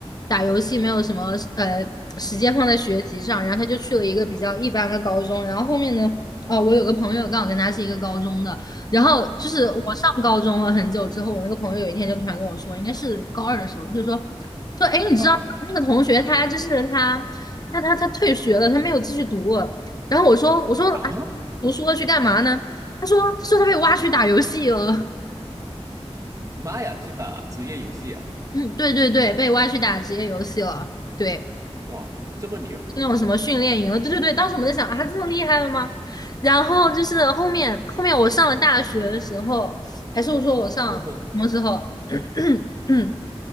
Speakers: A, on the left; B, on the right.
A: 打游戏没有什么呃时间放在学习上，然后他就去了一个比较一般的高中，然后后面呢，呃，我有个朋友刚好跟他是一个高中的，然后就是我上高中了很久之后，
B: 嗯哼哼，
A: 我那个朋友有一天就突然跟我说，应该是高二的时候，就说说，哎，你知道那个同学他就是他他他他退学了，
B: 啊哈
A: 他没有继续读了，然后我说我说啊，
B: 啊，
A: 读书了去干嘛呢？他说他说他被挖去打游戏了。
B: 妈呀，去打职业游戏啊，
A: 嗯，对对对，被挖去打职业游戏了。对，
B: 哇，这么牛，
A: 那种什么训练营了。对对对，当时我们在想啊，这么厉害了吗？然后就是后面后面我上了大学的时候，还是我说我上什么时候？
B: 嗯哼，
A: 嗯，